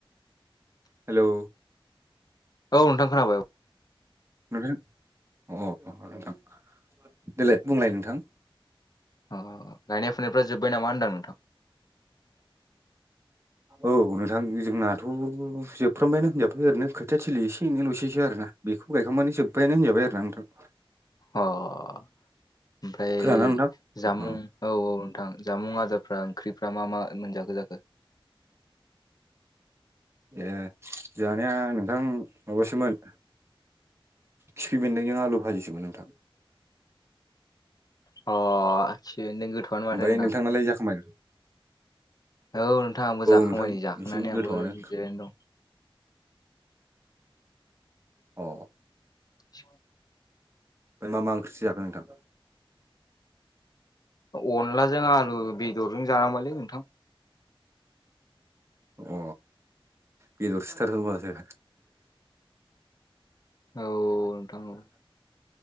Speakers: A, on the right; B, on the left.
A: हेलौ
B: औ नोंथां खोनाबाय औ
A: नथां अ अ नोंथां देलाय बुंलाय नोंथां
B: अ गायनाय फुनायफ्रा जोब्बाय नामा होन्दों नोंथां <inaudible>
A: औ नोंथां जोंनाथ' जोबफ्रामबायानो होनजाबै ओरैनो खोथिा थिलि एसे एैल'ससो आरोना बेखौ गायखांबानो जोब्बायानो होनजाबाय आरो ना नोंथां
B: अ ओमफ्राय
A: खोनादोंना नोंथां
B: जामुं औ औ नोंथां जामुं आदारफ्रा ओंख्रिफ्रा मा मा मोनजाखो जाखो
A: ए जानाया नोंथां माबासोमोन खिफि बेन्दोंजों आलु भाजिसोमोन नोंथां
B: अ <unintelligible>
A: ओमफ्राय
B: नोंथां
A: नोंथाङालाय जाखांबाय
B: औ नोंथां आंबो जाखांबाय
A: नोंथां
B: नै जाखांनानै
A: एसे गोथौआनो
B: आंबो ज जिरायनो दं
A: अ
B: सम
A: मा मा ओंख्रि जो जाखो नोंथां?
B: अनलाजों आलु बेदरजों जानांबायलै नोंथां
A: अ बेदर सिथारहोबासै
B: औ नोंथां औ